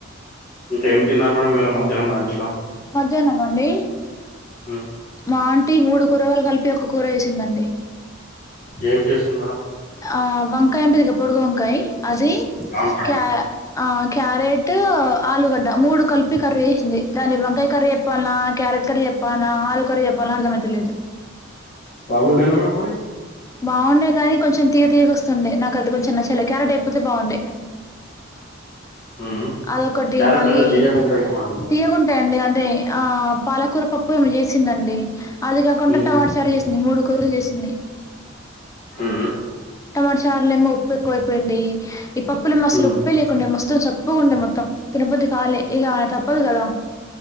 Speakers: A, on the left (about 45°); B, on the left (about 15°).
A: ఇంకేమి తిన్నారు మేడం ఇవాల మధ్యానం లంచ్ లా?
B: మధ్యానమా అండి
A: హ్మ్
B: మా ఆంటి మూడు కూరగాయలు కలిపి ఒక్క కూర చెసిందండి
A: ఏం చేసింది మేడం?
B: ఆ వంకాయ్ ఉంటది గా పొడుగు వంకాయ్ అది
A: అవును మేడం
B: క్యా ఆ క్యారెట్, ఆలుగడ్డ మూడు కల్ప్ ప్పి కర్రీ వేసింది దాన్ని వంకాయ కర్రీ చెప్పాల్నా క్యారెట్ కర్రీ చెప్పాల్నా ఆలు కర్రీ చెప్పాల్నా అర్థమైతలేదు
A: బాగుండేనా మేడం మరి?
B: బాగుండే కానీ కొంచెం తీగ తీయక వస్తుండే నాకు అది కొంచెం నచలే క్యారెట్ అయిపోతే బాగుండే
A: ఉం
B: అదొకటి
A: క్యారెట్
B: మళ్ళీ
A: కొంచెం తీయగుంటాయి క మేడం
B: తీయగుంటాయండి అదే ఆ పాలకూర పప్పు ఏమొ చేసిందండి అదిగా కొంట
A: ఉమ్.
B: టమాటా చారు చేసి మూడు కూరలు చేసింది
A: ఉం
B: టమాటా చారు లెమో ఉప్పు ఎక్కువ అయిపోయింది ఈ పప్పులేమో అసలు
A: ఉమ్.
B: ఉప్పే లేకుండా మొత్తం సప్పుగా ఉండే మొత్త త్తం తినే బుద్ధి కాలె ఇగ తప్పదు కదా